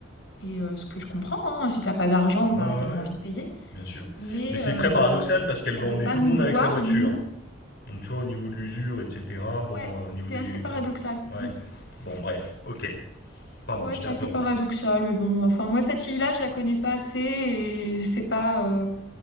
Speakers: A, on the left; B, on the left.
A: Et euh, ce que je comprends, hein, si t'as pas d'argent, bah
B: Ouais, ouais, ouais,
A: t'as pas envie de payer.
B: bien sûr.
A: Mais
B: Mais c'est
A: euh,
B: très paradoxal parce qu'elle
A: elle
B: va emmener
A: veut pas
B: tout
A: nous
B: le monde
A: voir,
B: avec sa voiture.
A: nous.
B: Donc, tu vois, au niveau de l'usure, etc. Bon,
A: Ouais,
B: euh, au niveau
A: c'est
B: des.
A: assez paradoxal.
B: con- Ouais.
A: Mm.
B: Bon, bref. Ok. Pardon,
A: Ouais,
B: je
A: c'est
B: t'ai interrompu.
A: assez paradoxal, mais bon, enfin moi cette fille-là, je la connais pas assez et c'est pas euh,